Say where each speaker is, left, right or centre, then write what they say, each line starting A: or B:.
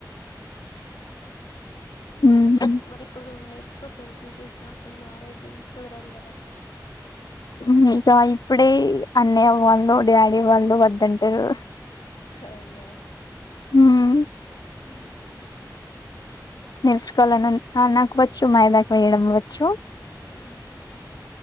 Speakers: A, on the left; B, on the left.
A: మ్మ్
B: మరి ఇప్పుడు నేర్చుకోపోయిలి బ్యూటీషియన్ ఆఫ్టర్ మ్యారేజ్ కుదరదు కదా
A: ఉహుమ్ కా ఇప్పుడే అన్నయ్య వాళ్ళు డాడీ వాళ్ళు వద్దంటారు
B: అయ్యో
A: హమ్
B: ఉహుమ్
A: నేర్చుకోవాలని నాకు వచ్చు మాయిదాక వేయడం వచ్చు
B: ఆ ఓకే